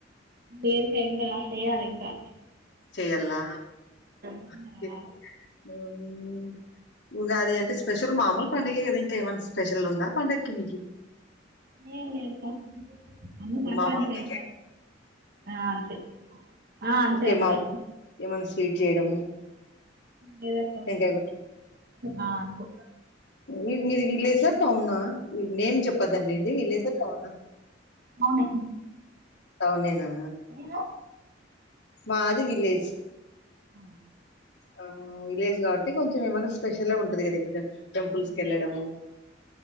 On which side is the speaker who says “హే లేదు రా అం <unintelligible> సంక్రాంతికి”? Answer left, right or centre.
Right